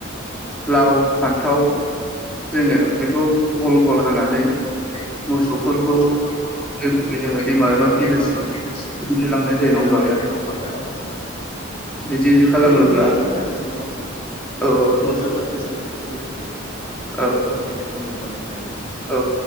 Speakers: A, in the centre; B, on the left (about 30°).
A: लाव फान्थाव जोङो
B: ओं
A: बेखौ गल गल हानानै
B: <unintelligible>
A: मोसौफोरखौ
B: मोसौफोरखौ
A: खुबै खुबै जोङो
B: बै
A: दैमा
B: गुबै
A: एबा
B: जोङो
A: बिलोसिम
B: दैमा एबा बिलोसिम
A: थुखैनो लांनाय
B: थुखैनो
A: जायो नङा होमबा
B: लांनाय
A: आदा
B: जायो नङा होमबा औ औ
A: बिदि खालामोब्ला
B: हैयै हैयै लाङो आरो जों नङा होमबा
A: औ
B: बेजोंनो
A: मोसौ
B: होनानै लाङो जोङो खुबै खुबै
A: औ औ
B: मेथाइ खनै खनै ओं
A: औ